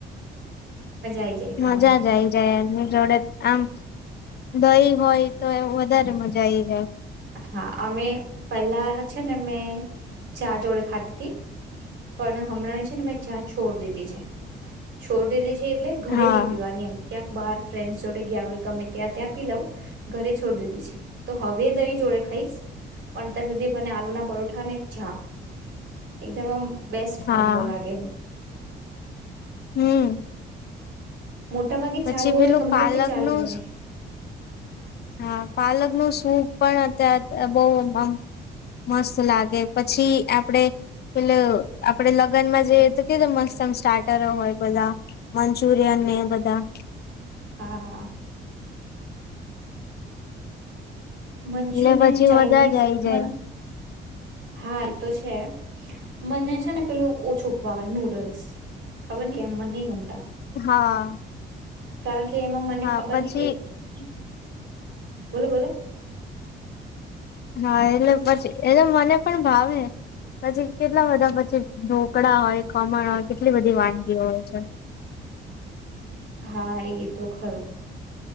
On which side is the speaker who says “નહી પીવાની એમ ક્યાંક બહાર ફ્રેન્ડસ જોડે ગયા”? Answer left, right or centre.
Right